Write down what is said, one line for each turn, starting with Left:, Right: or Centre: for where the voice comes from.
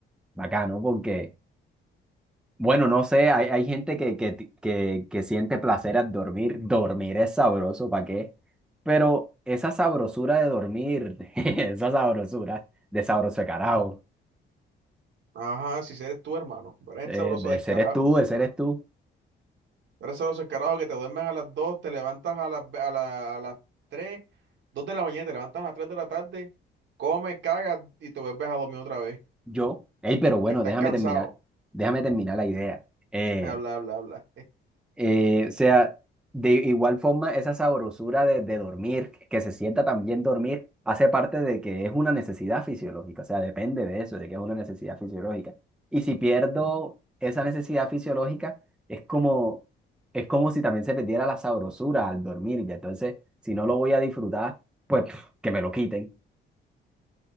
Centre: bacano, porque, bueno, no sé, hay, hay gente que, que, que, que siente placer al dormir. Dormir es sabroso, ¿para qué? Pero esa sabrosura de dormir, <laughs> esa sabrosura de sabroso de carajo,
Right: Ajá, si eres tú, hermano. Tú eres el
Centre: eh,
Right: sabroso
Centre: de
Right: del
Centre: seres
Right: carajo.
Centre: tú, de seres tú,
Right: eres el sabroso del carajo que te duermes a las 2 te levantas a las, ve- a la- a las 3 2 de la mañana, te levantas a las 3 de la tarde, comes, cagas y te vuelves a dormir otra vez
Centre: yo. Ey, pero
Right: porque
Centre: bueno,
Right: estás
Centre: déjame
Right: cansado.
Centre: terminar, déjame terminar la idea. Eh,
Right: Habla, habla, habla.
Centre: Eh, o sea, de igual forma, esa sabrosura de, de dormir, que se sienta también dormir, hace parte de que es una necesidad fisiológica, o sea, depende de eso, de que es una necesidad fisiológica. Y si pierdo esa necesidad fisiológica, es como, es como si también se perdiera la sabrosura al dormir, y entonces, si no lo voy a disfrutar, pues pf, que me lo quiten.